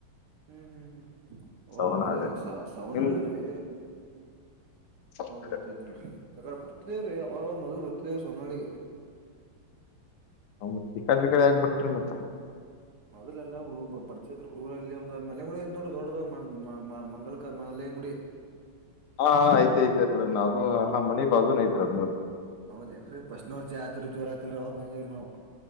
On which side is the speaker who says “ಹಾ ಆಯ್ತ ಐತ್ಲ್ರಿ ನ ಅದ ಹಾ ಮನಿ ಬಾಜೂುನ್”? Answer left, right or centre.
Left